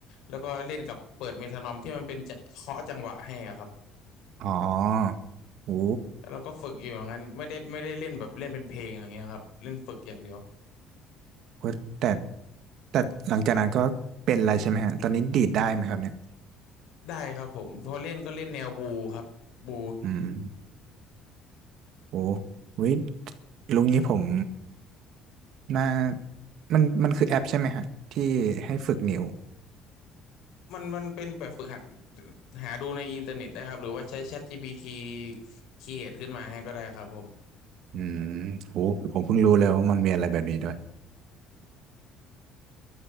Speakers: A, on the left; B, on the right.
A: แล้วก็เล่นกับเปิดเมโทรนอมที่มันเป็นจะเคาะจังหวะให้อะครับ
B: อ๋อโอ้
A: แล้วเราก็ฝึกอยู่อย่างนั้นไม่ได้ไม่ได้เล่นแบบเล่นเป็นเพลงอย่างเงี้ยครับเล่นฝึกอย่างเดียว
B: โอ้ยแต่แต่หลังจากนั้นก็เป็นอะไรใช่ไหมฮะตอนนี้ดีดได้ไหมครับเนี่ย
A: ได้ครับผมพอเล่นก็เล่นแนวบูครับบู
B: อืมโอ้ว้ยลุงนี้ผมน่ามันมันคือแอปใช่ไหมฮะที่ให้ฝึกนิ้ว
A: มันมันเป็นแบบฝึกหัดหาดูในอินเทอร์เน็ตได้ครับหรือว่าใช้ ChatGPT เรียอขึ้นมาให้ก็ได้ครับผม
B: อืมโหผมเพิ่งรู้เลยว่ามันมีอะไรแบบนี้ด้วย